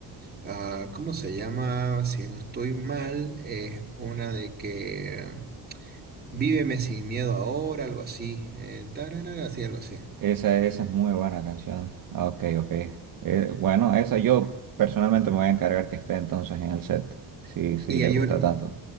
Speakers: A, on the right (about 25°); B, on the right (about 55°).
A: ah, ¿cómo se llama? Si no estoy mal, es una de que eh, Víveme sin miedo ahora, algo así, eh, tararara, así, algo así.
B: Esa, esa es muy buena canción. Ah, ok, ok. Eh, bueno, esa yo personalmente me voy a encargar que esté entonces en el set, si, si
A: Y
B: le
A: hay,
B: gusta
A: un-
B: tanto.